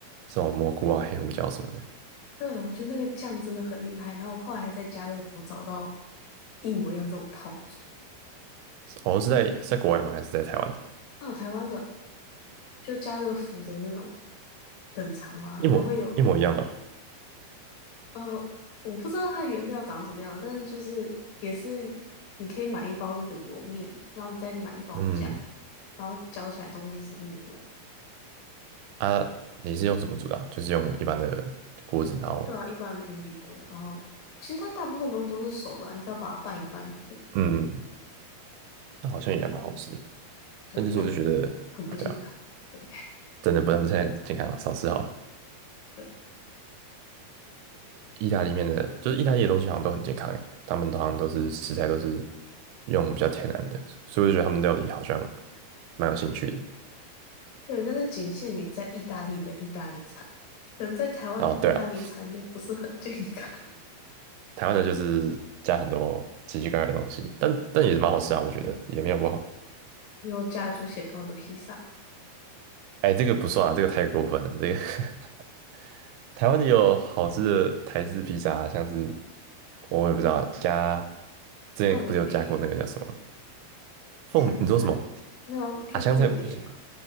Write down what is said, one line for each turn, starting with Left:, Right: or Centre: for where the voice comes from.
Right: 什么蘑菇啊、黑胡椒什么的。
Left: 对，我觉得那个酱真的很厉害。然后我后来还在家乐福找到一模一样这种套组，
Right: 哦，是在是在国外吗？还是在台湾的？
Left: 啊，台湾的就家乐福的那种冷藏嘛，
Right: 一模一模一样的哦
Left: 它会有呃，我不知道它原料长什么样的但是就是也是你可以买一包那个油面，然后你再买一包酱，
Right: 嗯
Left: 然后搅起来东西是一模一样。
Right: 啊，你是用什么煮的啊就是用一般的锅子，
Left: 就对啊，
Right: 然后
Left: 一般的平底锅，然后其实它大部分东西都是熟的啊你只要把它拌一拌就可以了。
Right: 嗯，那好像也蛮好吃的。
Left: 对，
Right: 但就是我就觉得，
Left: 但很不健康。
Right: 对啊，
Left: 对
Right: 真的不能不太健康了，少吃好了。
Left: 对
Right: 意大利面的，就是意大利的东西好像都很健康诶，他们好像都是食材都是用比较天然的，所以我就觉得他们料理好像蛮有兴趣的。
Left: 对，但是仅限于在意大利的意大利餐，可能在台湾的意大利餐就不是很健康。
Right: 哦。对了，
Left: <laughs>
Right: 台湾的就是加很多奇奇怪怪的东西，但但也是蛮好吃啊，我觉得也没有不好。
Left: 然后加猪血糕的披萨、
Right: 哎，这个不算啊，这个太过分了。这个 <laughs> 台湾的有好吃的台式披萨啊像是我也不知道加之前不是有加过那个叫什么
Left: 凤梨
Right: 凤，
Left: 香菜，
Right: 你说什么
Left: 没有就凤梨啊，
Right: 啊？香菜不行，